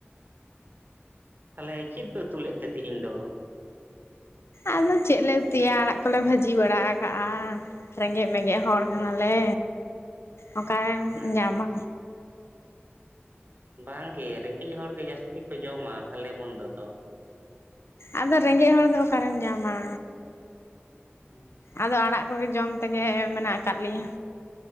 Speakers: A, on the right; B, on the left.
A: ᱛᱟᱦᱚᱞᱮ ᱪᱮᱫ ᱯᱮ ᱩᱛᱩ ᱞᱮᱫ ᱛᱮ ᱛᱮᱦᱮᱧ ᱫᱚ?
B: ᱟᱫᱚ ᱪᱮᱫ ᱞᱮ ᱩᱛᱩᱭᱟ ᱟᱲᱟᱜ ᱠᱚᱞᱮ ᱵᱷᱟᱹᱡᱤ ᱵᱟᱲᱟ ᱠᱟᱜᱼᱟ᱾ ᱨᱮᱸᱜᱮᱡ ᱨᱮᱸᱜᱮᱡ ᱦᱚᱲ ᱠᱟᱱᱟᱞᱮ ᱚᱠᱟ ᱨᱮᱢ
A: ᱟᱪᱪᱷᱟ
B: ᱧᱟᱢᱟ᱾
A: ᱵᱟᱝ ᱜᱮ ᱨᱮᱸᱜᱮᱡ ᱦᱚᱲ ᱜᱮ ᱡᱟᱹᱥᱛᱤ ᱠᱚ ᱡᱚᱢᱟ ᱵᱷᱟᱞᱮ ᱢᱚᱱᱫᱚ ᱫᱚ᱾
B: ᱟᱫᱚ ᱨᱮᱸᱜᱮᱡ ᱦᱚᱲ ᱫᱚ ᱚᱠᱟᱨᱮᱢ ᱧᱟᱢᱟ?
A: ᱦᱮᱸ᱾
B: ᱟᱫᱚ ᱟᱲᱟᱜ ᱠᱚᱜᱮ ᱡᱚᱢ ᱛᱮᱜᱮ ᱢᱮᱱᱟᱜ ᱟᱠᱟᱫ ᱞᱮᱭᱟ᱾